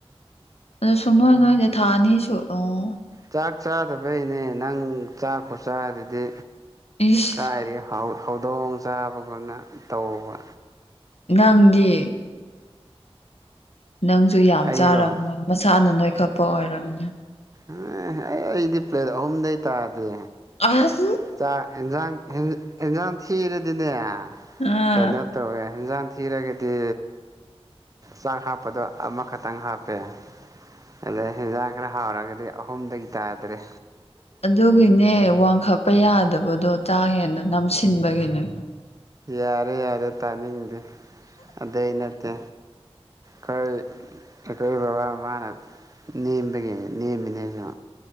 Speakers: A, on the left; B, on the right.
A: ꯑꯗꯨ ꯁꯨꯛꯅꯣꯏ ꯅꯣꯏꯗꯤ ꯊꯥ ꯑꯅꯤꯁꯨ ꯑꯣ
B: ꯆꯥꯛ ꯆꯥꯗꯕꯩꯅꯦ ꯅꯪ ꯆꯥꯛ ꯈꯨꯆꯥ ꯑꯗꯨꯗꯤ
A: ꯏꯁ
B: ꯀꯥꯏꯔꯤ ꯍꯧꯗꯣꯡ ꯆꯥꯕꯒꯨꯝꯅ ꯇꯧꯕ
A: ꯅꯪꯗꯤ ꯅꯪꯁꯨ ꯌꯥꯝ
B: ꯑꯩꯔꯣ
A: ꯆꯥꯔꯝꯃꯣꯏ ꯃꯁꯥꯅ ꯅꯣꯏꯈꯠꯄ ꯑꯣꯏꯔꯝꯅꯤ
B: ꯑꯥ ꯑꯩ ꯑꯩꯗꯤ ꯄ꯭ꯂꯦꯠ ꯑꯍꯨꯝꯗꯩ ꯇꯥꯗꯦ
A: ꯑꯁ
B: ꯆꯥꯛ ꯏꯟꯖꯥꯡ ꯏꯟꯖꯥꯡ ꯊꯤꯔꯗꯤꯅꯦ
A: ꯑꯥ
B: ꯀꯩꯅꯩꯅꯣ ꯇꯧꯖꯡꯋꯦ ꯍꯤꯟꯖꯥꯡ ꯊꯤꯔꯒꯗꯤ ꯆꯥꯛ ꯍꯥꯞꯄꯗꯣ ꯑꯃꯈꯛꯇꯪ ꯍꯥꯞꯄꯦ ꯑꯗ ꯍꯦꯟꯖꯥꯡ ꯈꯔ ꯍꯥꯎꯔꯒꯗꯤ ꯑꯍꯨꯝꯗꯒꯤ ꯇꯥꯗ꯭ꯔꯦ
A: ꯑꯗꯨꯒꯤꯅꯦ ꯋꯥꯡꯈꯠꯄ ꯌꯥꯗꯕꯗꯣ ꯆꯥꯛ ꯍꯦꯟꯅ ꯅꯝꯁꯤꯟꯕꯒꯤꯅꯦ
B: ꯌꯥꯔꯦ ꯌꯥꯔꯦ ꯇꯥꯅꯤꯡꯗꯦ ꯑꯗꯨꯗꯩ ꯅꯠꯇꯦ ꯀꯩ ꯀꯩ ꯕꯥ ꯃꯥꯅ ꯅꯦꯝꯕꯒꯤ ꯅꯦꯝꯃꯤꯅꯦꯁꯨ